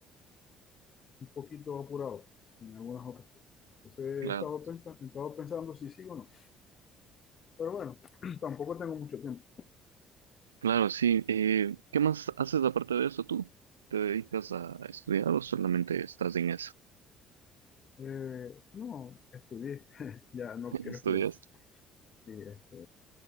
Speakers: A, on the left (about 40°); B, on the right (about 80°).
A: poquito apurado en algunas ocasiones. Entonces he
B: Claro.
A: estado pensando, he estado pensando si sí o no. Pero bueno, <clears throat> tampoco tengo mucho tiempo.
B: Claro, sí. Eh, ¿qué más haces aparte de eso tú? ¿Te dedicas a estudiar o solamente estás en eso?
A: Eh, no, estudié, <laughs> ya no
B: <laughs>
A: quiero
B: ¿Estudias?
A: estudiar. más. Sí, este,